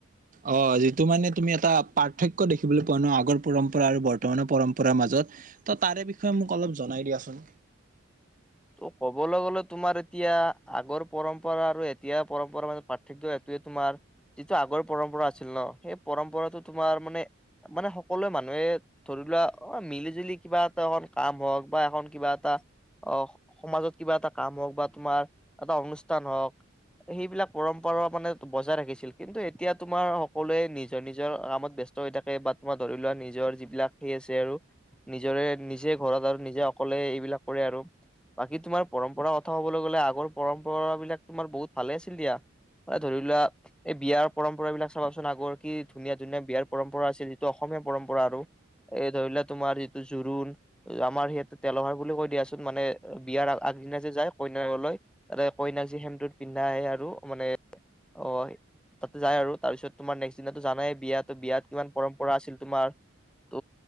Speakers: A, on the right (about 40°); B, in the centre.
A: অ যিটো মানে তুমি এটা পাৰ্থক্য দেখিবলৈ পোৱা ন আগৰ পৰম্পৰা আৰু বৰ্তমানৰ পৰম্পৰাৰ মাজত। ত তাৰে বিষয়ে মোক অলপ জনাই দিয়াচোন।
B: ত কবলৈ গলে তোমাৰ এতিয়া আগৰ পৰম্পৰা আৰু এতিয়া পৰম্পৰা মাজত পাৰ্থক্য এইটোৱে তোমাৰ যিটো আগৰ পৰম্পৰা আছিল ন সেই পৰম্পৰাটো তোমাৰ মানে মানে সকলোৱে মানুহে ধৰি লোৱা অ মিলি-জুলি কিবা এটা এখন কাম হওক বা এখন কিবা এটা অহ সমাজত কিবা এটা কাম হওঁক বা তোমাৰ এটা অনুষ্ঠান হওঁক। সেইবিলাক পৰম্পৰা মানে বজাই ৰাখিছিল। কিন্তু এতিয়া তোমাৰ সকলোৱে নিজৰ-নিজৰ কামত ব্যস্ত হৈ থাকে বা তোমাৰ ধৰি লোৱা নিজৰ যিবিলাক সেই আছে আৰু নিজৰে নিজে ঘৰত আৰু নিজে অকলে এইবিলাক কৰে আৰু বাকী তোমাৰ পৰম্পৰা কথা কবলৈ গলে আগৰ পৰম্পৰা বিলাক তোমাৰ বহুত ভালে আছিল দিয়া। ম ধৰি লোৱা এই বিয়াৰ পৰম্পৰা বিলাক চাবাচোন আগৰ কি ধুনীয়া-ধুনীয়া বিয়াৰ পৰম্পৰা আছিল যিটো অসমী অসমীয়া পৰম পৰা আৰু এই ধৰি লোৱা তোমাৰ জোৰোণ, আমাৰ সেইটো তেলহাৰ বুলি কৈ দিয়াচোন মানে বিয়াৰ আগদিনা যে যায় কইনাঘৰলৈ। তাতে কইনাক যে সেন্দূৰ পিন্ধাই আৰু মানে অ তাতে যায় আৰু তাৰ পিছত তোমাৰ নেক্স দিনা টো জানাই বিয়া বিয়াত কিমান পৰম্প পৰা আছিল। তোমাৰ ত'